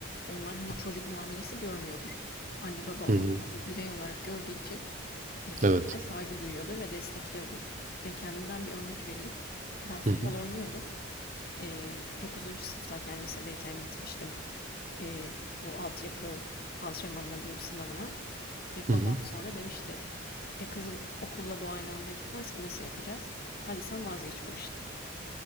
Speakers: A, on the left; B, on the right.
A: onlar hani çocuk muamelesi görmüyordur. Anne baba onu
B: Hı hı.
A: daha bir birey olarak gördüğü için e, fikrine
B: Evet.
A: saygı duyuyordur ve destekliyordur. Ya kendimden bir örnek vereyim. Ben futbol
B: Hı hı.
A: oynuyordum. E, 9. sınıftayken lisedeyken gitmiştim. E, bu altyapı antrenmanına diyeyim sınavına. Ya
B: Hı
A: babam
B: hı.
A: sonra demişti. E kızım okulla bu aynı anda gitmez ki nasıl yapacağız? Hadi sen vazgeç bu işten.